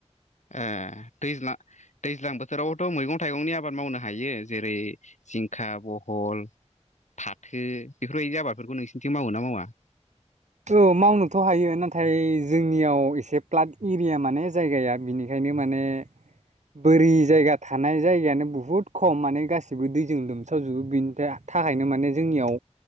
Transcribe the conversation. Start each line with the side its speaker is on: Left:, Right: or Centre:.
Left: ए दैज्लां दैज्लां बोथोरावथ' मैगं थाइगंनि आबाद मावनो हायो जेरै जिंखा बहल फाथो बेफोरबायदि आबादफोरखौ नोंसिरनिथिं मावो ना मावा?
Right: औ मावनोथ' हायो नाथाय जोंनियाव एसे प्लाट एरिया माने जायगाया बेनिखायनो बिनो माने बोरि जायगा थानाय जायगायानो बुहुद खम माने गासिबो दैजों लोमसाव जोबो बेनि था थाखायनो माने जोंनियाव